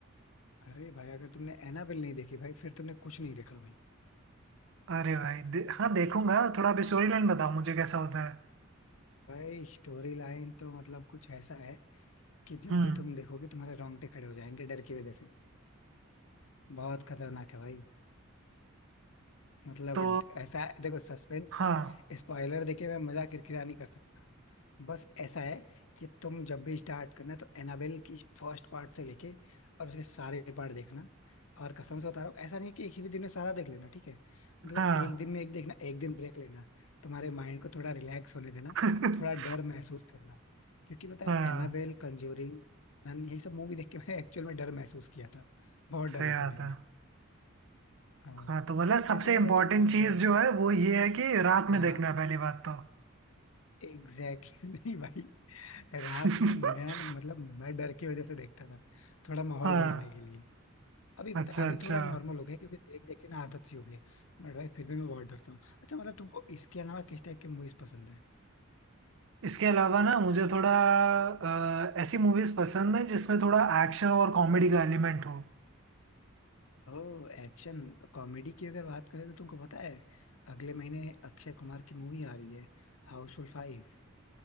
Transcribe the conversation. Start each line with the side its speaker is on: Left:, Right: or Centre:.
Left: अरे भाई अगर तुमने एनाबेल नहीं देखी भाई फिर तुमने कुछ नहीं देखा भाई
Right: अरे भाई दे, हाँ देखूंगा थोड़ा आप स्टोरी लाइन बताओ मुझे कैसा होता है
Left: भाई स्टोरी लाइन तो मतलब कुछ ऐसा है कि जब
Right: हम्म
Left: भी तुम देखोगे तुम्हारे रोंगटे खड़े हो जाएंगे डर की वजह से बहुत खतरनाक है भाई मतलब
Right: तो
Left: ऐसा देखो सस्पेंस
Right: हाँ
Left: में स्पॉइलर देके मैं मजाक किरकिरा नहीं कर सकता बस ऐसा है कि तुम जब भी स्टार्ट करना है तो एनाबेल की फर्स्ट पार्ट से लेके और उसके सारे पार्ट देखना और कसम से बता रहा हूँ ऐसा नहीं है कि एक ही दिन में सारा देख लेना ठीक है मतलब
Right: हाँ
Left: एक दिन में एक देखना एक दिन ब्रेक लेना तुम्हारे माइंड को थोड़ा रिलैक्स होने देना
Right: <laughs>
Left: थोड़ा डर महसूस करना क्योंकि पता
Right: हाँ
Left: है एनाबेल कंज्यूरिंग नन यही सब मूवी देख के मैंने एक्चुअल में डर महसूस किया था बहुत
Right: सही
Left: डरा
Right: बात
Left: था भाई मैं
Right: है
Left: हाँ।
Right: हाँ तो बोला सबसे
Left: वैसे मतलब
Right: इम्पोर्टेंट
Left: तुमको
Right: चीज
Left: हॉरर
Right: जो है वो ये है कि रात
Left: हाँ
Right: में देखना
Left: हाँ
Right: है पहली बात तो
Left: एग्जैक्टली <laughs> नहीं भाई
Right: <laughs>
Left: रात में मैं तो मतलब मैं डर की वजह से देखता था थोड़ा माहौल
Right: हाँ
Left: बनाने के लिए अभी पता
Right: अच्छा
Left: है अभी
Right: अच्छा
Left: थोड़ा नॉर्मल हो गया क्योंकि देख देख के ना आदत सी हो गई है बट भाई फिर भी मैं बहुत डरता हूँ अच्छा मतलब तुमको इसके अलावा किस टाइप की मूवीज पसंद है
Right: इसके अलावा ना मुझे थोड़ा अ, ऐसी मूवीज पसंद है जिसमें थोड़ा एक्शन और कॉमेडी का एलिमेंट हो
Left: ओ एक्शन कॉमेडी की अगर बात करें तो तुमको पता है अगले महीने अक्षय कुमार की मूवी आ रही है हाउसफुल फाइव